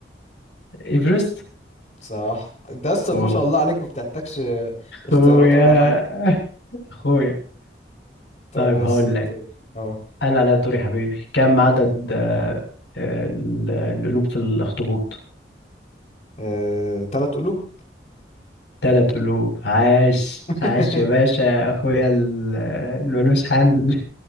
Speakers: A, on the left; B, on the left.
A: ايفرست
B: صح انت اصلا
A: أوه.
B: ما شاء الله عليك ما بتحتاجش اختيارات
A: اخويا
B: ولا حاجه
A: <laughs> اخويا
B: طب
A: طيب
B: يس
A: هقول لك
B: تاني اه
A: انا على دوري يا حبيبي كم عدد آه، آه، ال- القلوب في الاخطبوط
B: آه، تلات قلوب
A: تلات قلوب عاش
B: <laughs>
A: عاش يا باشا اخويا ال- الملوش حل